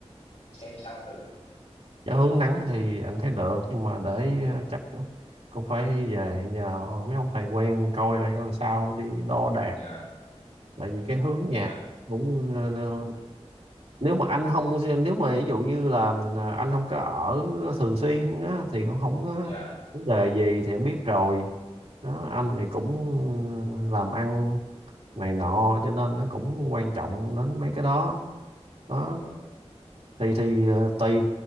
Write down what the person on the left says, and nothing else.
xem sao thử
dạ
dạ
dạ
dạ vâng